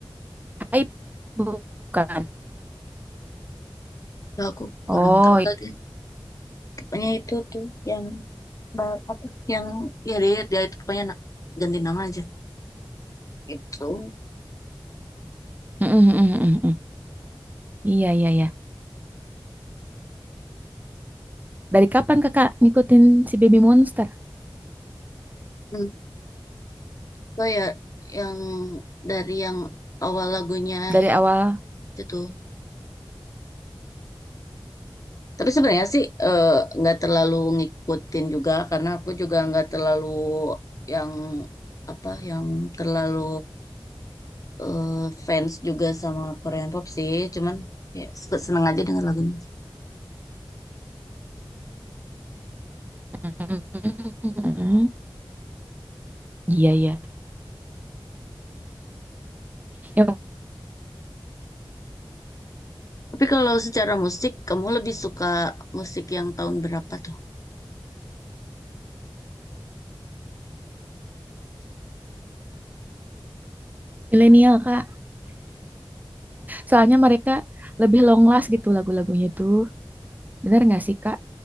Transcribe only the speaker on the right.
Hype bukan?
Oh,
i-
mm, mm, mm, mm, mm. Iya, iya, iya. Dari kapan kakak ngikutin si Baby Monster?
Dari
awal?
Mm, mm, mm, mm. Iya, iya. Yang
milenial, Kak. Soalnya mereka lebih long last gitu lagu-lagunya tuh. Bener nggak sih, Kak?